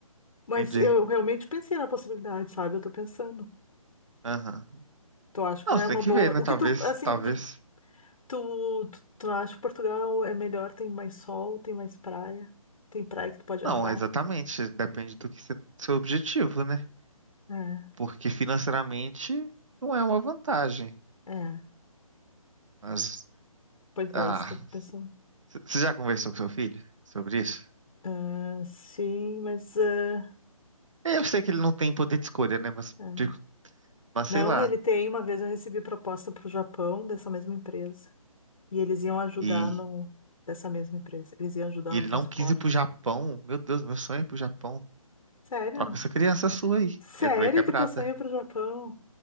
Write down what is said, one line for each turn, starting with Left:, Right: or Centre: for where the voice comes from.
Left: Mas
Right: entendi.
Left: eu realmente pensei na possibilidade, sabe? Eu tô pensando.
Right: Aham.
Left: Tu acha que
Right: Não,
Left: não
Right: você
Left: é uma
Right: tem que
Left: boa.
Right: ver, né?
Left: O
Right: Talvez,
Left: que tu, assim,
Right: talvez.
Left: tu, tu, tu, tu não acha que Portugal é melhor? Tem mais sol, tem mais praia, tem praia que tu pode entrar?
Right: Não, exatamente. Depende do que você, seu objetivo, né?
Left: É,
Right: Porque financeiramente não é uma vantagem.
Left: é.
Right: Mas,
Left: Pois
Right: ah,
Left: é, isso que eu tô pensando.
Right: c- você já conversou com seu filho sobre isso?
Left: Ah, sim, mas. ah,
Right: Eu sei que ele não tem poder de escolha, né? Mas
Left: é.
Right: de- Mas
Left: Não,
Right: sei lá.
Left: ele tem. Uma vez eu recebi proposta para o Japão dessa mesma empresa. E eles iam ajudar
Right: E,
Left: no, dessa mesma empresa. Eles iam ajudar
Right: e
Left: no
Right: ele
Left: transporte.
Right: não quis ir pro Japão. Meu Deus, meu sonho é ir pro Japão.
Left: Sério?
Right: Troca essa criança sua aí.
Left: Sério
Right: Ele veio quebrada.
Left: que teu sonho é pro Japão?